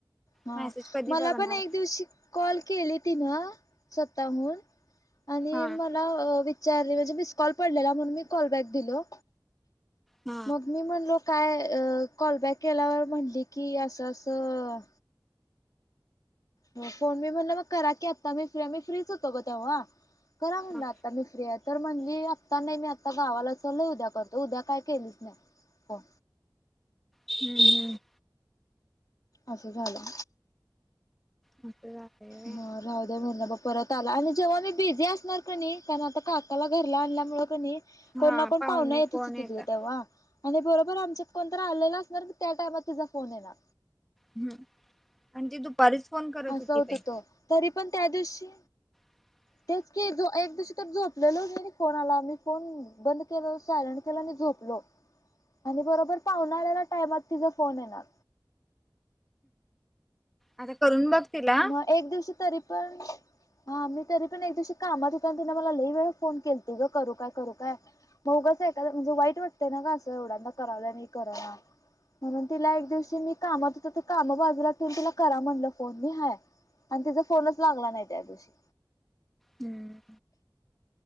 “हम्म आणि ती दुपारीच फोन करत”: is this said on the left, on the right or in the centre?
Centre